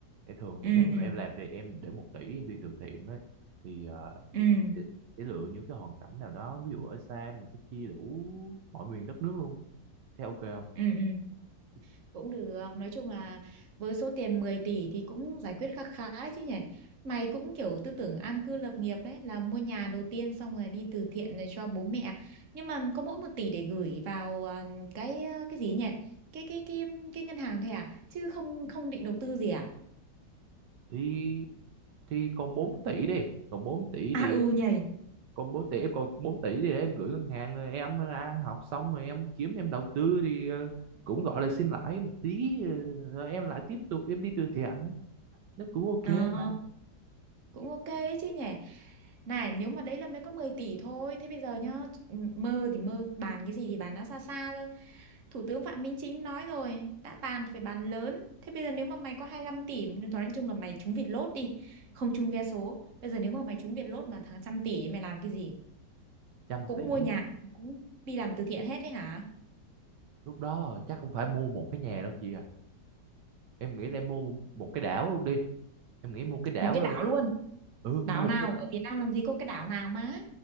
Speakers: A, on the right; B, on the right.
A: thì thường
B: ừ
A: thì nếu mà em làm thì em để một tỷ em đi từ thiện đấy thì ờ,
B: ừ
A: sẽ sẽ lựa những cái hoàn cảnh nào đó ví dụ ở xa mình sẽ chia đủ mọi miền đất nước luôn thế ok không
B: ừ ừ. cũng được nói chung là với số tiền 10 tỷ thì cũng giải quyết khá khá đấy chứ nhỉ mày cũng kiểu tư tưởng an cư lập nghiệp đấy là mua nhà đầu tiên xong rồi đi từ thiện rồi cho bố mẹ nhưng mà có mỗi một tỷ để gửi vào à, cái ờ, cái gì nhỉ cái cái cái cái ngân hàng thôi à chứ không không định đầu tư gì à
A: thì thì còn 4 tỷ đi còn bốn tỷ
B: à
A: thì
B: ừ nhỉ
A: còn bốn tỷ em còn 4 tỷ thì em gửi ngân hàng rồi em ăn học xong rồi em kiếm em đầu tư thì ờ, cũng gọi là xin lãi một tí ờ, rồi em lại tiếp tục em đi từ thiện nó cũng ok
B: À.
A: mà
B: cũng ok đấy chứ nhỉ này nếu mà đấy là mới có 10 tỷ thôi thế bây giờ nhá ừ, mơ thì mơ bàn cái gì thì bàn nó xa xa thôi Thủ tướng Phạm Minh Chính nói rồi đã bàn thì phải bàn lớn thế bây giờ nếu mà mày có hai lăm tỷ nói chung là mày trúng Vietlott lốt đi không trúng vé số bây giờ nếu mà mày trúng Vietlott lốt mà thằng trăm tỷ ấy, mày làm cái gì
A: trăm
B: cũng
A: tỷ
B: mua nhà cũng đi làm từ thiện hết đấy hả
A: lúc đó chắc không phải mua một cái nhà đâu chị à em nghĩ là em mua một cái đảo luôn đi em nghĩ mua cái đảo
B: một cái
A: luôn
B: đảo luôn
A: ừ
B: đảo
A: mua một
B: nào
A: cái
B: ở Việt Nam làm gì có cái đảo nào má